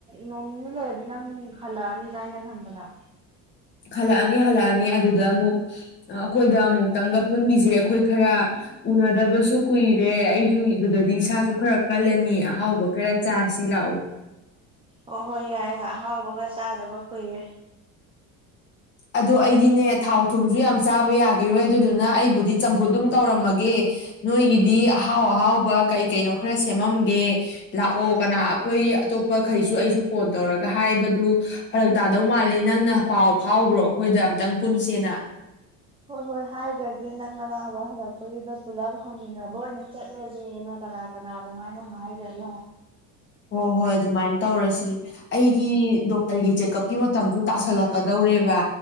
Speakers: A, on the right; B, on the left.
A: ꯅꯣꯡ ꯅꯤꯅꯤ ꯂꯩꯔꯗꯤ ꯅꯪ ꯍꯜꯂꯛꯑꯅꯤꯗ ꯑꯩꯅ ꯈꯟꯕꯗ꯫
B: ꯍꯜꯂꯛꯑꯅꯤ ꯍꯜꯂꯛꯑꯅꯤ ꯑꯗꯨꯗ ꯑꯃꯨꯛ ꯑꯥ ꯑꯈꯣꯏꯗ ꯑꯃꯨꯛꯇꯪꯒ ꯄꯨꯟꯒꯤꯁꯦ ꯑꯈꯣꯏ ꯈꯔ ꯎꯅꯗꯕꯁꯨ ꯀꯨꯏꯔꯦ ꯑꯩꯁꯨ ꯑꯗꯨꯗꯗꯤ ꯏꯁꯥꯁꯨ ꯈꯔ ꯀꯜꯂꯅꯤ ꯑꯍꯥꯎꯕ ꯈꯔ ꯆꯥꯁꯤ ꯂꯥꯛꯎ꯫
A: ꯑꯣ ꯍꯣꯏ ꯌꯥꯏ ꯑꯍꯥꯎꯕꯒ ꯆꯥꯗꯕ ꯀꯨꯏꯔꯦ꯫
B: ꯑꯗꯣ ꯑꯩꯗꯤꯅꯦ ꯊꯥꯎ ꯊꯨꯝꯖꯨ ꯌꯥꯝ ꯆꯥꯕ ꯌꯥꯒꯤꯔꯣꯏ ꯑꯗꯨꯗꯨꯅ ꯑꯩꯕꯨꯗꯤ ꯆꯝꯐꯨꯠ ꯑꯗꯨꯝ ꯇꯧꯔꯝꯃꯒꯦ ꯅꯣꯏꯒꯤꯗꯤ ꯑꯍꯥꯎ ꯑꯍꯥꯎꯕ ꯀꯩ ꯀꯩꯅꯣ ꯈꯔ ꯁꯦꯝꯃꯝꯒꯦ ꯂꯥꯛꯑꯣ ꯀꯅꯥ ꯑꯩꯈꯣꯏ ꯑꯇꯣꯞꯄꯈꯩꯁꯨ ꯑꯩꯖꯨ ꯐꯣꯟ ꯇꯧꯔꯒ ꯍꯥꯏꯕꯗꯨ ꯐꯔꯛ ꯇꯥꯗꯧ ꯃꯥꯜꯂꯤ ꯅꯪꯅ ꯄꯥꯎ ꯐꯥꯎꯒ꯭ꯔꯣ ꯑꯩꯈꯣꯏꯗ ꯑꯝꯇꯪ ꯄꯨꯟꯁꯦꯅ꯫
A: ꯍꯣꯏ ꯍꯣꯏ ꯍꯥꯏꯒ꯭ꯔꯒꯦ ꯅꯪ ꯑꯅꯥꯕ ꯍꯜꯂꯛꯄꯩꯗꯨꯗ ꯄꯨꯜꯂꯞ ꯍꯪꯃꯤꯟꯅꯕ ꯑꯣꯏꯅ ꯆꯠꯂꯖꯦꯅ ꯀꯅꯥ ꯀꯅꯥꯗꯅꯣ ꯑꯩꯅ ꯍꯥꯏꯒ꯭ꯔꯒꯦ꯫
B: ꯍꯣ ꯍꯣꯏ ꯑꯗꯨꯃꯥꯏ ꯇꯧꯔꯁꯤ ꯑꯩꯒꯤ ꯗꯣꯛꯇꯔꯒꯤ ꯆꯦꯛꯑꯞꯀꯤ ꯃꯇꯝꯁꯨ ꯇꯥꯁꯜꯂꯛꯀꯗꯧꯔꯦꯕ